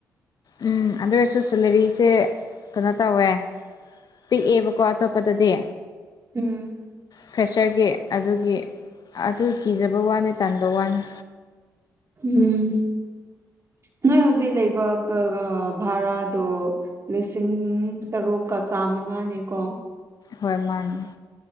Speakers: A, on the left; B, on the right.
A: ꯎꯝ ꯑꯗꯨꯑꯣꯏꯔꯁꯨ ꯁꯦꯂꯦꯔꯤꯁꯦ ꯀꯩꯅꯣ ꯇꯧꯋꯦ ꯄꯤꯛꯑꯦꯕꯀꯣ ꯑꯇꯣꯞꯄꯗꯗꯤ
B: ꯎꯝ
A: ꯐ꯭ꯔꯦꯁ꯭ꯔꯒꯤ ꯑꯗꯨꯒꯤ ꯑꯗꯨ ꯀꯤꯖꯕ ꯋꯥꯅꯤ ꯇꯟꯕ ꯋꯥꯅꯤ
B: ꯎꯝ ꯅꯣꯏ ꯍꯧꯖꯤꯛ ꯂꯩꯕ ꯀꯥꯒ ꯚꯥꯔꯥꯗꯣ ꯂꯤꯁꯤꯡ ꯇꯔꯨꯛꯀ ꯆꯥꯝꯃꯉꯥꯅꯦꯀꯣ
A: ꯍꯣꯏ ꯃꯥꯅꯦ